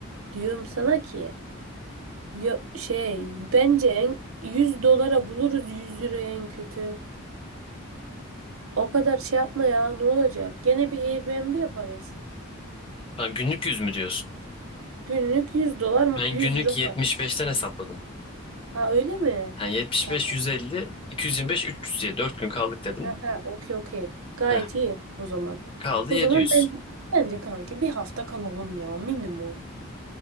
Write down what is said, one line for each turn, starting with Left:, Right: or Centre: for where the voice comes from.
Right: diyorum sana ki ya, şey bence en, 100 dolara buluruz 100 liraya en kötü. O kadar şey yapma ya ne olacak? Gene bir Airbnb yaparız.
Left: Lan günlük 100 mü diyorsun?
Right: Günlük 100 dolar
Left: Ben
Right: 100
Left: günlük
Right: euro
Left: 75'ten
Right: var.
Left: hesapladım.
Right: Ha öyle mi?
Left: Yani 75,
Right: Tamam.
Left: 150, 225, 300 diye 4 gün kaldık dedim.
Right: Ha ha okey okey. Gayet
Left: Heh,
Right: iyi o zaman.
Left: kaldı
Right: O
Left: 700.
Right: zaman bence, bence kanki bir hafta kalalım ya minimum.